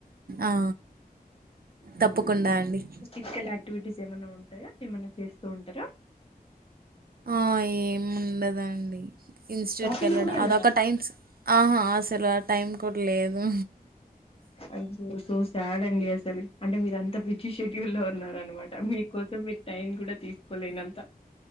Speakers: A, on the right (about 70°); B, on the left (about 35°).
A: ఆ, తప్పకుండా అండి
B: ఫిజికల్ యాక్టివిటీస్ ఏమైనాఉంటే కదా ఏమన్నా చేస్తూ ఉంటారా
A: ఆ ఏం ఉండదండి ఇన్స్టిట్యూట్కి
B: వాకింగ్
A: వెళ్ళాడు
B: కూడా వెళ్ళరా
A: అదొ ఒక
B: అండి
A: టైం ఆహా అసలు ఆ టైం కూడా లేదు
B: అయ్యో సో సాడ్ అండి అసలు అంటే మీరు అంత పిచ్చి షెడ్యూల్ లో న్నారనమాట మీకోసం మీరు టైం కూడా తీసుకోలేనంత